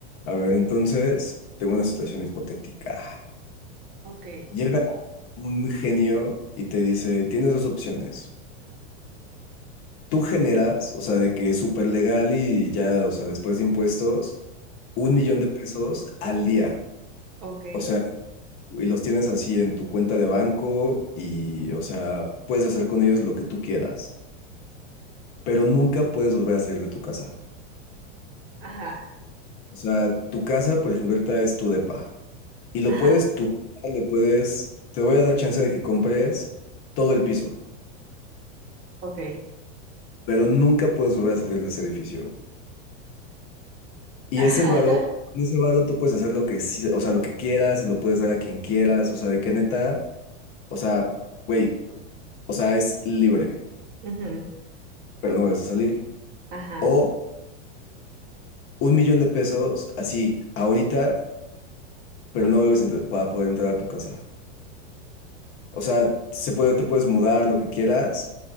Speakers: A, on the left; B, on the right.
A: A ver, entonces, tengo una situación hipotética.
B: Ok,
A: Llega
B: dímela.
A: un genio y te dice, tienes dos opciones. Tú generas, o sea, de que es súper legal y ya, o sea, después de impuestos, un millón de pesos al día.
B: Ok,
A: O sea, y los tienes así en tu cuenta de banco y, o sea, puedes hacer con ellos lo que tú quieras, pero nunca puedes volver a salir de tu casa.
B: ajá,
A: O sea, tu casa, por ejemplo, ahorita es tu depa. Y lo
B: ajá,
A: puedes tú, le puedes, te voy a dar chance de que compres todo el piso,
B: ok,
A: pero nunca puedes volver a salir de ese edificio. Y
B: ajá,
A: es el varo,
B: <laughs>
A: con ese varo tú puedes hacer lo que, sí- o sea, lo que quieras, se lo puedes dar a quien quieras, o sea, de que neta, o sea, güey, o sea, es libre,
B: ujú,
A: pero no vuelves a salir.
B: ajá.
A: O un millón de pesos, así, ahorita, pero no vuelves a entrar- para poder entrar a tu casa. O sea, se puede, te puedes mudar, lo que quieras,